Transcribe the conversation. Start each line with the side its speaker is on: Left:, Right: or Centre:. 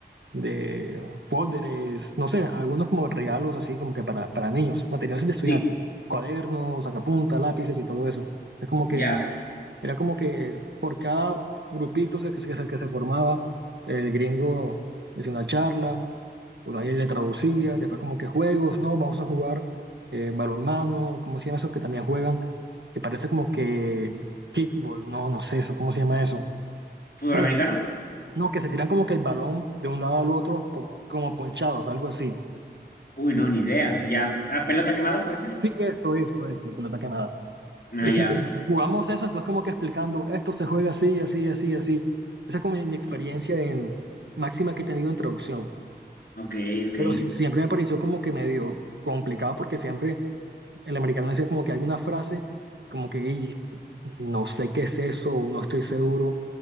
Right: de folders, no sé, algunos como regalos así como que para, para niños, materiales de estudiantes,
Left: Sí,
Right: cuadernos, sacapuntas, lápices y todo eso. Es como que,
Left: ya.
Right: era como que por cada grupito se- que, se- que se formaba, el gringo hacía una charla, pues ahí le traducía, después como que juegos, ¿no? Vamos a jugar eh, balonmano, ¿cómo se llama eso que también juegan? Que parece como que kickball, no, no sé eso, ¿cómo se llama eso?
Left: ¿Fútbol
Right: Bueno,
Left: americano?
Right: que, no, que se tiran como que el balón de un lado al otro, po- como ponchados, algo así.
Left: Uy, no, ni idea. Ya. Ah, pelota quemada puede ser?
Right: Sí, eso, eso, eso, pelota quemada.
Left: Ah,
Right: Y
Left: ya.
Right: sí, entonces, jugamos eso, entonces como que explicando, esto se juega así, así, así, así. Esa es como mi, mi experiencia
Left: Ah,
Right: en máxima que he tenido en traducción.
Left: ok, ok.
Right: Pero sí, siempre me pareció como que medio complicado porque siempre el americano decía como que alguna frase, como que "Ey, no sé qué es eso, o no estoy seguro